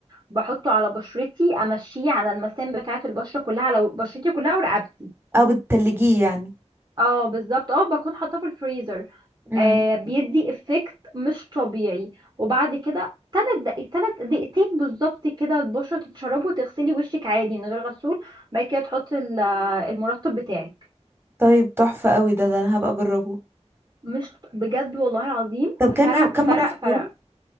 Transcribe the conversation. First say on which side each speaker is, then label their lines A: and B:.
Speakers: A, on the right; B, on the right.
A: بحطه على بشرتي امشيه على المسام بتاعه البشره كلها على بشرتي كلها ورقبتي
B: او بتتلجيه يعني
A: اه بالظبط اه بكون حاطاه في الفريزر
B: امم
A: آه بيدي افكت مش طبيعي وبعد كده تلات دقايق تلات دقيقتين بالظبط كده البشرة تتشرب وتغسلي وشك عادي من غير غسول بعد كده تحطي ال- المرطب بتاعك
B: طيب تحفة قوي ده ده انا هبقى اجربه
A: مش بجد والله العظيم
B: طب كام
A: فرق
B: يوم كام
A: فرق
B: مرة في
A: فرق
B: اليوم